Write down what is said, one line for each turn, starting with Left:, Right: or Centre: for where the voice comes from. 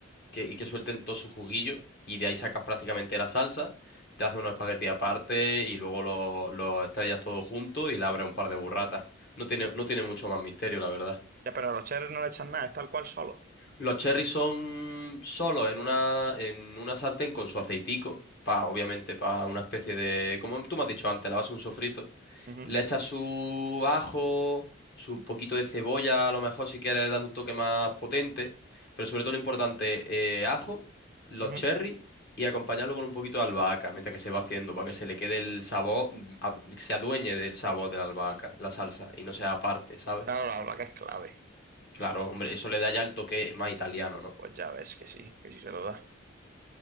Left: que, y que suelten todo su juguillo, y de ahí sacas prácticamente la salsa, te haces unos espaguetis aparte y luego los los estrellas todo junto y le abres un par de burratas. No tiene, no tiene mucho más misterio, la verdad.
Right: Ya, pero a los cherry no le echan nada, es tal cual solo.
Left: Los cherries son solos en una, en una sartén con su aceitico, pa, obviamente para una especie de, como tú me has dicho antes, la base de un sofrito.
Right: Ujú,
Left: Le echas su ajo, su poquito de cebolla, a lo mejor si quieres darle un toque más potente, pero sobre todo lo importante, eh, ajo, los
Right: ujú.
Left: cherries y acompañarlo con un poquito de albahaca mientras que se va haciendo, para que se le quede el sabor, mm, ad- que se adueñe del sabor de la albahaca, la salsa, y no sea aparte, ¿sabes?
Right: Claro, la verdad que es clave.
Left: Claro,
Right: Eso,
Left: hombre, eso le da ya el toque más italiano, ¿no?
Right: Pues ya ves que sí, que sí se lo da.